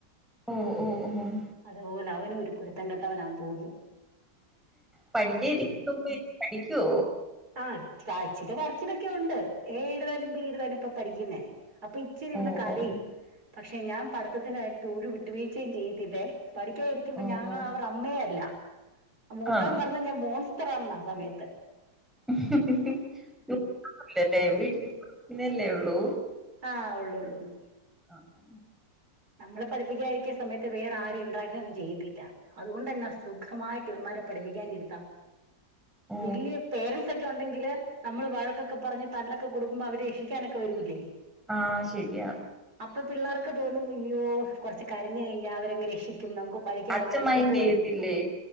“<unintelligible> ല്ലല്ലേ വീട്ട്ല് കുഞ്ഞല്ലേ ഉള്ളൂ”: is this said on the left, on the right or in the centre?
Centre